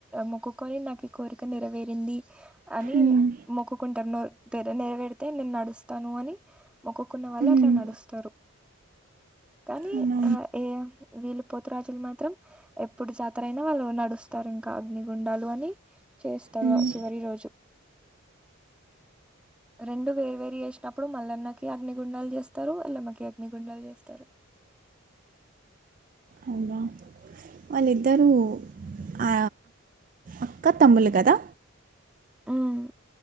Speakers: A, in the centre; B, on the right (about 35°).
A: మొక్కుకొని నాకు ఈ కోరిక నెరవేరింది అని
B: ఉమ్,
A: మొక్కకుం నెరవేడితే నేను నడుస్తాను అని మొక్కుకున్న వాళ్ళు
B: ఉమ్,
A: స్తారు కానీ
B: అవునా
A: ఆ ఏ వీళ్ళు పోతురాజులు మాత్రం ఎప్పుడు జాతర అయినా వాళ్ళు నడుస్తారు ఇంకా అగ్నిగుండాలు అని చేస్తారు
B: ఉమ్,
A: ఆ చివరి రోజు రెండు వేర్వేరు చేసినప్పుడు మల్లన్నకి ఏ అగ్నిగుండాలు చేస్తారు అల్లమ్మకి అగ్నిగుండాలు చేస్తారు
B: అవునా వాళ్ళిద్దరూ అ అక్క తమ్ములు కదా
A: హమ్